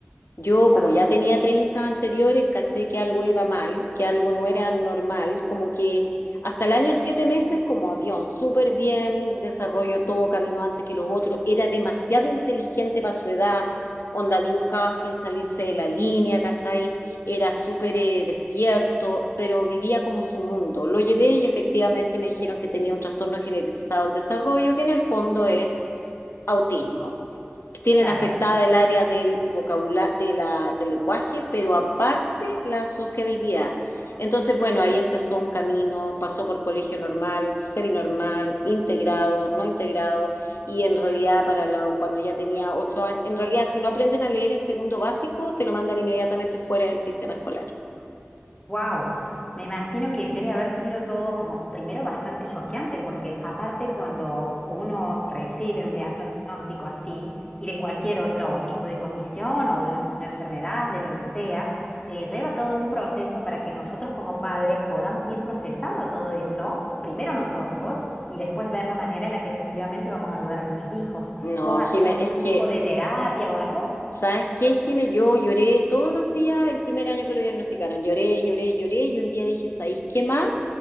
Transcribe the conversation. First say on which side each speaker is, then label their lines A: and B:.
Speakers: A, on the left; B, on the left.
A: Yo, como
B: Ah,
A: ya tenía tres hijas anteriores, caché que algo iba mal, que algo no era normal, como que hasta el año siete meses como avión, súper bien, desarrollo todo, caminó antes que los otros, era demasiado inteligente para su edad, onda dibujaba sin salirse de la línea, ¿cachai? Era súper eh, despierto, pero vivía como su mundo. Lo llevé y efectivamente me dijeron que tenía un trastorno generalizado del desarrollo, que en el fondo es autismo tienen
B: claro.
A: afectada el área del vocabulario, de la, del lenguaje, pero aparte la sociabilidad. Entonces, bueno, ahí empezó un camino, pasó por colegio normal, seminormal, integrado, no integrado, y en realidad para la- cuando ya tenía ocho años, en realidad si no aprenden a leer en segundo básico, te lo mandan inmediatamente fuera del sistema escolar.
B: Wow, me imagino que debe haber sido todo como primero bastante choqueante, porque aparte cuando uno recibe un diagnóstico así y de cualquier otro tipo de condición o de una enfermedad, de lo que sea, eh, lleva todo un proceso para que nosotros como padres podamos ir procesando todo eso, primero nosotros y después ver la manera en la que efectivamente vamos a ayudar a nuestros hijos.
A: No,
B: ¿Vos haces
A: Jime,
B: algún
A: es que,
B: tipo de terapia o algo?
A: ¿sabes qué, Jime? Yo lloré todos los días el primer año que lo diagnosticaron. Lloré, lloré, lloré y un día dije, ¿sabéis qué más?